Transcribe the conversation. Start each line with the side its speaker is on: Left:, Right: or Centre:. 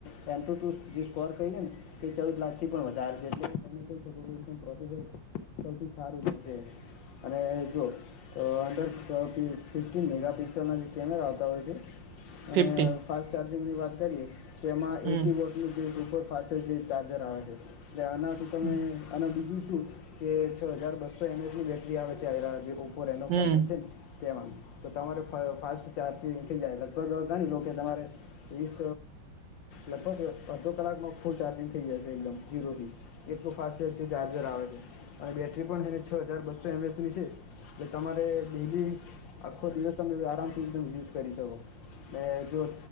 Left: એ ટુ ટુ જે સ્કોર કહીએ ને તે ચૌદ લાખ વધારે છે એટલે તમે કહી શકો કે પ્રોસેસર સૌથી સારું રહેશે. અને જોુ તો અંદર ફિકફટીીન મેગાપિક્સલના જે કેમેરા આવતા હોય છે.
Right: ફિફ્ટી
Left: અને ફાસ્ટ ચાર્જિંગની વાત કરીએ તો એમાં
Right: હમ
Left: એટી વોટ એ જે સુપર ફાસ્ટેસ્ટ જે ચાર્જર આવે છે એટલે આનાથી તમે
Right: હમ
Left: અને બીજું શું કે છ હજાર બસો એમએસની બેટરી આવે છે, આ જે ઓ રે એનો
Right: હમ
Left: ફોટીિન છે ને તેમ તો તમારે ફાસ્ટ ચાર્જિંગ થઈ જાયટ ખરર ઘણી લો કે તમારે. ીસ લગભગ અડધો કલાકમાં ફૂલ ચાર્જિંગ થઈ જાયશે એકદમ ઝીરો જઝી એટલું ફાસ્ટ છે જે ચાર્જર આવે છે. અને બેટરી પણ છેને છ હજાર બસો એમ એસ ની છે. એ તમારે ડેલી આખો દિવસ તમે આરામથીદમ યુઝ કરી શકો. મે જો